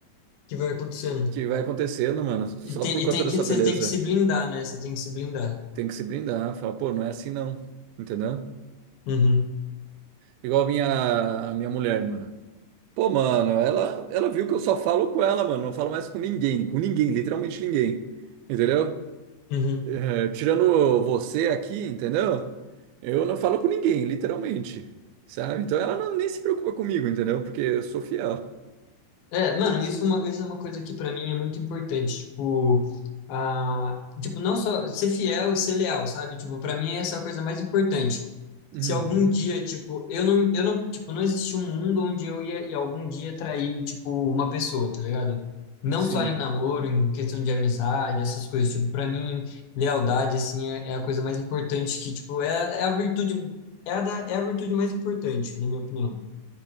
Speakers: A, on the left (about 80°); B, on the right (about 85°).
A: que vai acontecendo.
B: que vai acontecendo, mano, só
A: E tem,
B: por
A: e
B: conta
A: tem
B: da
A: que,
B: sua
A: você
B: beleza.
A: tem que se blindar, né? Você tem que se blindar.
B: Tem que se brindar, falar, pô, não é assim não, entendeu?
A: Uhum.
B: Igual a minha, a minha mulher, mano. Pô, mano, ela, ela viu que eu só falo com ela, mano. Não falo mais com ninguém, com ninguém, literalmente ninguém. Entendeu?
A: Uhum.
B: É, tirando você aqui, entendeu? Eu não falo com ninguém, literalmente. Sabe? Então ela não, nem se preocupa comigo, entendeu? Porque eu sou fiel.
A: É, mano, isso, é uma- isso é uma coisa que pra mim é muito importante, tipo, a, tipo, não só ser fiel e ser leal, sabe? Tipo, para mim essa é a coisa mais importante.
B: Uhum,
A: Se algum dia, tipo, eu não, eu não, tipo, não existe um mundo onde eu ia, ia algum dia trair, tipo, uma pessoa, tá ligado? Não
B: sim,
A: só em namoro, em questão de amizade, essas coisas, tipo, pra mim, lealdade, assim, é, é a coisa mais importante que, tipo, é, a- é a virtude, é a, da- é a virtude mais importante, na minha opinião.